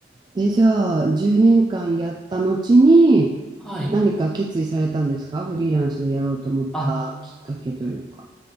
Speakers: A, on the right (about 25°); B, in the centre.
A: で、じゃあ、10年間やった後に、
B: はい。
A: 何か決意されたんですかフリーランスでやろうと思ったきっかけというか。
B: あ、